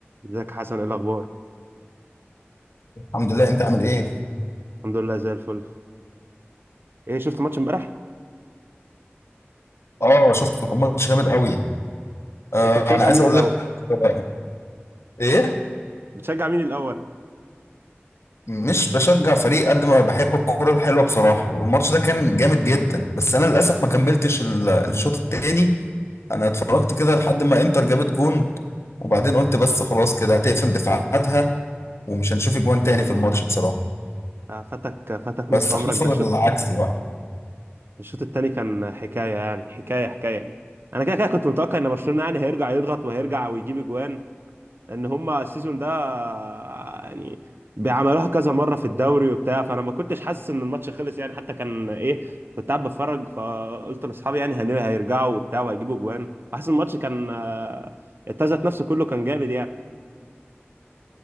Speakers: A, on the right; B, on the left.
A: ازيك يا حسن ايه الاخبار
B: الحمد لله انت عامل ايه؟
A: الحمد لله زي الفل ايه شفت ماتش امبارح
B: اه شفت كان ماتش جامد قوي آه
A: انت بتشجع
B: انا عايز
A: مين
B: اقول
A: الاول
B: لك آه، ايه
A: بتشجع مين الاول
B: مش بشجع فريق قد ما بحب الكوره الحلوه بصراحه والماتش ده كان جامد جدا بس انا للاسف ما كملتش ال- الشوط التاني انا اتفرجت كده لحد ما انتر جابت جون وبعدين قلت بس خلاص كده هتقفل دفاعاتها ومش هنشوف اجوان تاني
A: مم.
B: في الماتش بصراحه
A: آه، فاتك فاتك نص
B: بس
A: عمرك
B: حصل
A: ده الشوط
B: العكس بقى
A: الشوط التاني كان حكايه يعني حكايه حكايه انا كده كده كنت متوقع ان برشلونه يعني هيرجع يضغط وهيرجع ويجيب اجوان ان هما السيزون ده آه، يعني بيعملوها كذا مره في الدوري وبتاع فانا ما كنتش حاسس ان الماتش خلص يعني حتى كان ايه كنت قاعد بتفرج فقلت لاصحابي يعني هن- هيرجعوا وبتاع وهيجيبوا اجوان حاسس الماتش كان آه، التزت نفسه كله كان جامد يعني